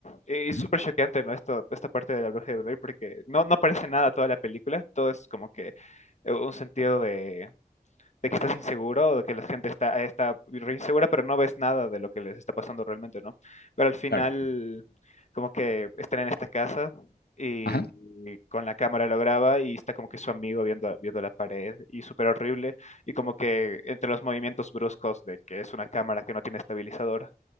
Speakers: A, on the left; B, on the left.
A: es
B: ujú,
A: súper choqueante, ¿no? Esto, esta parte de la bruja de Blair, porque no, no aparece nada toda la película, todo es como que eh, un sentido de, de que estás inseguro o de que la gente está, está re insegura, pero no ves nada de lo que les está pasando realmente, ¿no? Pero al final,
B: Claro.
A: como que están en esta casa y
B: Ajá.
A: con la cámara lo graba y está como que su amigo viendo, viendo la pared y súper horrible y como que entre los movimientos bruscos de que es una cámara que no tiene estabilizador